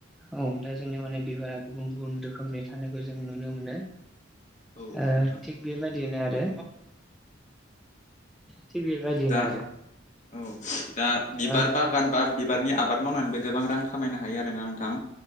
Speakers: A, in the centre; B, on the left.
A: औ दा जोंनियाव माने बिबारा गुबुन गुबुन रोखोमनि थानायखौ जों नुनो मोनो।
B: औ औ
A: ओ-थिग
B: नोंथां
A: बेबायदिनो आरो थि बेबायदिनो
B: दा
A: आरो।
B: औ दा बिबार
A: ओ
B: बागान बा बिबारनि आबाद मावनानैबो गोबां रां खामायनो हायो आरोना नोंथां?